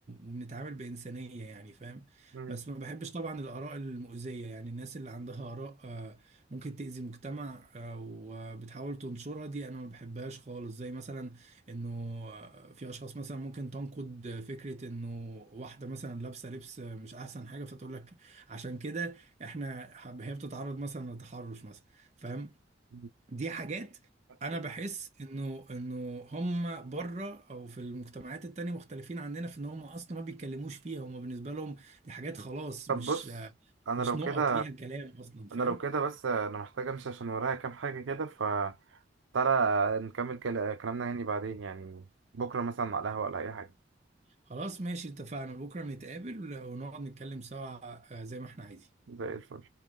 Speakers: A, on the right; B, on the right.
A: وبنتعامل بإنسانية يعني فاهم
B: مم.
A: بس ما بحبش طبعا الآراء المؤذية يعني الناس اللي عندها آراء آه، ممكن تأذي المجتمع آه، وبتحاول تنشرها دي أنا ما بحبهاش خالص زي مثلا انه في اشخاص مثلا ممكن تنقد فكره انه واحده مثلا لابسه لبس مش احسن حاجه فتقول لك عشان كده احنا حب- هي بتتعرض مثلا لتحرش مثلا فاهم
B: مم.
A: دي حاجات
B: طب
A: انا بحس انه انه هم بره او في المجتمعات التانية مختلفين عننا في ان هم اصلا ما بيتكلموش فيها هم بالنسبه لهم دي حاجات خلاص
B: بص
A: مش
B: انا
A: مش
B: لو
A: نقط
B: كده
A: ليها كلام اصلا فاهم
B: انا لو كده بس انا محتاج امشي عشان ورايا كام حاجه كده فتعالى نكمل كل- كلامنا يعني بعدين يعني بكره مثلا على القهوه ولا اي حاجه
A: خلاص ماشي اتفقنا بكره نتقابل ونقعد نتكلم سوا آه، زي ما احنا عايزين
B: زي الفل